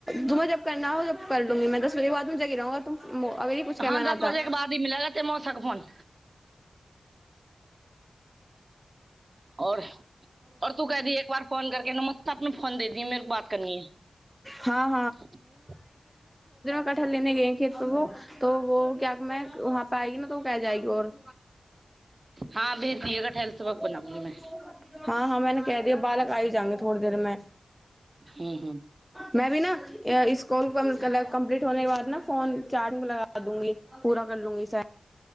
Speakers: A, in the centre; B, on the right.
A: तुम्हं जब करना हो जब कर लूंगीं दस बजे के बाद मुे गिराूगा तुम अगर ये कुछ कहना
B: हँ दस
A: आता
B: बजे के बादी मिललग त सक फन आओर और तू क दी एक बार फोन कर केने फोन दे दी मेर बात करनी
A: हाँ
B: ह
A: कठहर लेने गए हैं क्या त व क्य वहाँ <unintelligible> पइ ने त <unintelligible> प जाइ आर
B: हाँ भेज दिएगा ठहल सबक
A: <unintelligible>
B: बनाऊंगी मैं
A: हँ हँंने कहि दिय बक आयुष <unintelligible> जे थोड़ी देरमें
B: हम्म हम्म
A: मै भी न इस कॉल कम्प्लीट होने के बाद ने फोन चार्जिंग में लगा दूंगी पूरा कर लूंगी स